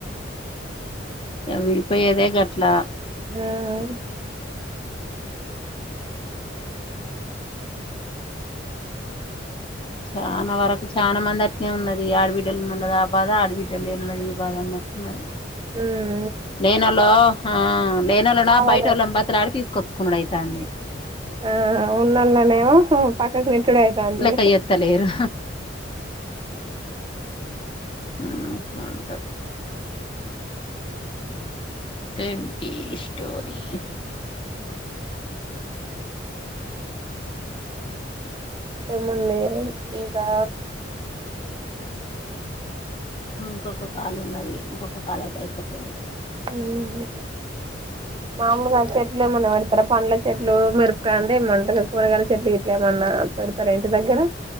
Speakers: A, on the left; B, on the right.
A: గ విడిపోయేదే గట్లా.
B: హ్మ్
A: చాన వరకు చాన మంది అట్నే ఉన్నది, ఆడబిడ్డలు ఉనోళ్ళది ఆ బాధ, ఆడబిడ్డలు లేన్ ఒళ్ళది ఈ బాద అన్నట్టున్నది.
B: ఉమ్
A: లేనోళ్ళో ఉమ్ లేనోళ్లనో
B: కావాలని
A: బయటోల్లన్ బతిలాడి తీసుకొచ్చు కునుడు అయితాంది.
B: ఆ ఉన్నళ్ళనేమో పక్కకి నెట్టుడే అయితాంది.
A: లెక్క చేత్తలేరు ఉమ్ అట్లుంటది. ఇన్టీ స్టోరీ
B: ఏముందీ ఇంకా?
A: ఇంకొక కాలు ఉన్నది, ఇంకొక కాల్ అయితే అయిపోతది.
B: ఉమ్ హు, మామూలుగ చెట్లేమన్న పెడ్త్ తర పండ్ల చెట్లు, మిరపకాయ అంటె మంటగద కూరగాయల చెట్లు గిట్ల, ఏమన్నా పెడతరా ఇంటి దగ్గర?